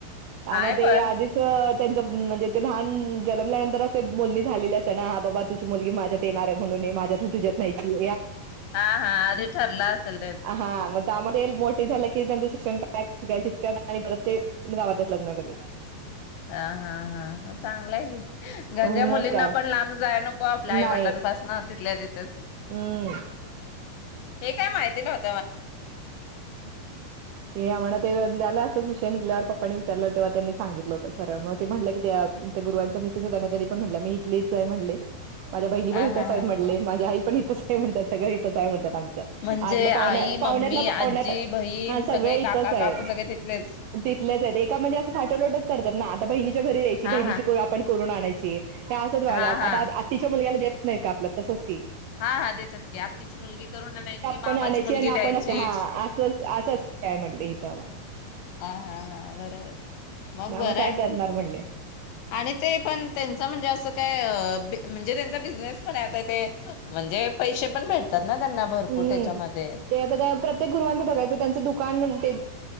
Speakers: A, on the right; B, on the left.
A: त्यामध्ये
B: हाय पण
A: आधीच त्यांच म -म्हणजे ते लहान म -जनमल्यानंतरच ते बोलणी झालेली असते ना हा बाबा तुझी मुलगी माझ्यात येणार आहे म्हणून माझ्यात तु्यात नाहीची
B: हा हा आधी ठरलं असल
A: आ हा म त्यामध्ये मोठी झालेत. कि त्यांचं शिक्षण काय शिकाय <unintelligible> आणि परत ते गावातच लग्न लगेच
B: हा हा हा ह चांगला आहे की गंजा
A: मग
B: मुलींना
A: काय
B: पण लांब जाया नको आपल्या आईवडिलांपासन
A: नाही
B: तिथल्या तिथच
A: हम्म
B: हे काय माहिती नव्हत
A: ते आम्हाला ते असंच विषय निघल्यावर पप्पांनी विचारलं तेव्हा त्यांनी सांगितलं होत सरळ म ते म्हणल्या की त्या त्या गुरवांच्या मीसेस होत्या ना त्यांनी पण म्हणल्या मी इथलीच हाय म्हणले. माझ्या बहिणी
B: हा
A: पण इथंच
B: हा
A: आहेत
B: हा
A: म्हणले माझ्या आई इथच काय म्हणत्यात सगळं इथच आहे म्हणत्यात च्
B: म्हणजे
A: आत पावण्या
B: आई
A: पावण्यातल्या
B: मम्मी आजी
A: पावण्यात
B: बहीण
A: हा सगळे इथंच
B: काका
A: आहे
B: काकू सगळे तिथलेच
A: तिथलेच हेत एका म्हणजे असं साटलोटच करतात ना आता बहिणीच्या घरी द्यायची
B: हा
A: बहिणीची
B: हा
A: पोरं आपण करून आणायची ते असत वा
B: हा
A: आता
B: हा
A: आता आत्तीच्या मुलग्याला देत नहीत का आपल्यात तसंच की
B: हा हा देतात की आत्तीच मुलगी करून आणायची मामाची
A: पण आणायची
B: मुलगी
A: आणि आपण
B: द्यायची
A: हा अस असं काय म्हटले हिथं म्हण
B: हा हा हा बरोबर आहे मग
A: त्यामुळे
B: बरं आहे
A: काय करणार म्हणले
B: आणि ते पण त्यांच म्हणजे असं काय म्हणजे त्यांचा बिझनेस पण आता ते म्हणजे पैसे पण भेटतात ना त्यांना भरपूर
A: हम्म
B: त्याच्यामध्ये
A: ते आता त्या प्रत्येक गुरुवांचं बघायचं त्यांचं दुकान ते